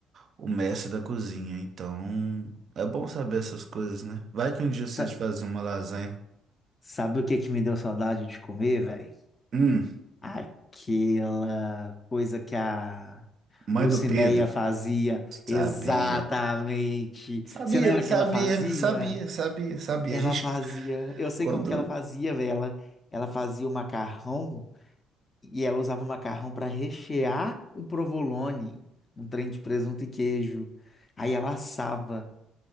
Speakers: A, on the right (about 55°); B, on the left (about 30°).
A: o mestre da cozinha, então é bom saber essas coisas, né? Vai que um dia eu sei
B: Essa
A: fazer uma lasanha.
B: Sabe o que que me deu saudade de comer, velho?
A: Hum,
B: Aquela coisa que a
A: mãe
B: Lucinéia
A: do Pedro,
B: fazia. Exatamente.
A: sabia. Sabia,
B: Você lembra
A: sabia,
B: que ela fazia?
A: sabia, sabia, sabia.
B: Ela
A: A gente
B: fazia. Eu sei
A: quando
B: como que ela fazia, velho. Ela, ela fazia o macarrão e ela usava o macarrão para rechear o provolone, um trem de presunto e queijo. Aí ela assava.